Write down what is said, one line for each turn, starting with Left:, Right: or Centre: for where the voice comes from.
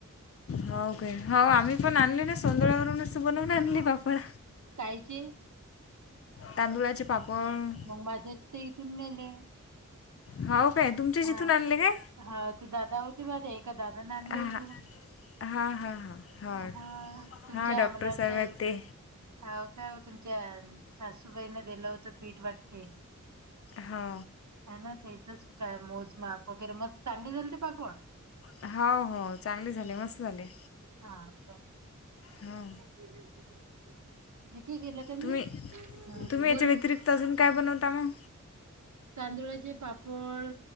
Left: हो काय हो आमही पण आणली ना सोदळ्यावरूनच बनवून आणली पापड
Right: कायची?
Left: तांदुळाचे पापड
Right: मग माझ्याच तर इथून नेले
Left: हाव काय तुमच्याच
Right: हा.
Left: इथून आणले काय?
Right: हा ती दादा होती बघा ते एका दादाने आणले
Left: हा
Right: होते
Left: हां हां हां ह
Right: हा तुमच्या
Left: हां डॉक्टर
Right: मला वाटते
Left: साहेबय ते
Right: हाव काय तुमच्या सासूबाईन दिलं होतं पीठ वाटी --
Left: हा.
Right: का ना त्याचच काय मोजमाप वगैरे मस्त चांगले झाले ते पापड
Left: हा. हो. चांगले झाले मस्त झाले.
Right: हां का.
Left: हा.
Right: <unintelligible> जी के गेल्यात <unintelligible> क
Left: तुम्ही
Right: म हुं
Left: तुम्ही याच्या
Right: बोल
Left: व्यतिरिक्त अजून काय बनवता मग
Right: तांदुळाचे पापड,